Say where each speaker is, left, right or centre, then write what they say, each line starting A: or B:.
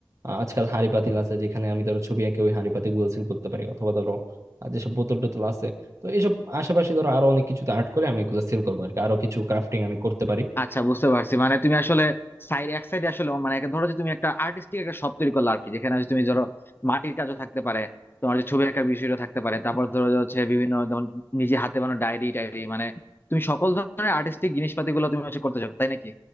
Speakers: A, on the right (about 35°); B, on the left (about 25°).
A: আহ, আজকাল হাঁড়ি পাতিল আছে যেখানে আমি ধরো ছবি এঁকে ওই হাঁড়ি পাতিল গুলো সিল করতে পারি অথবা ধরো আর যেসব বোতল টোতল আছে তো এইসব আশেপাশে ধরো আরো অনেক কিছুতে আর্ট করে আমি এগুলো সেল করবো আর কি আরো কিছু ক্রাফটিং আমি করতে পারি
B: আচ্ছা বুঝতে পারছি মানে তুমি আসলে সাইড এক সাইডে আসলে মানে একে ধরো যে তুমি একটা আর্টিস্টিক একটা শপ তৈরি করলে আর কি যেখানে হচ্ছে তুমি ধরো মাটির কাজও থাকতে পারে তোমার যে ছবি আঁকার বিষয়টা থাকতে পারে তারপর ধরো যে হচ্ছে বিভিন্ন যেমন নিজে হাতে বানানো ডায়েরি টায়েরি মানে তুমি সকল ধরনের আর্টিস্টিক জিনিসপাতি গুলো তুমি হচ্ছে করতে চাও তাই নাকি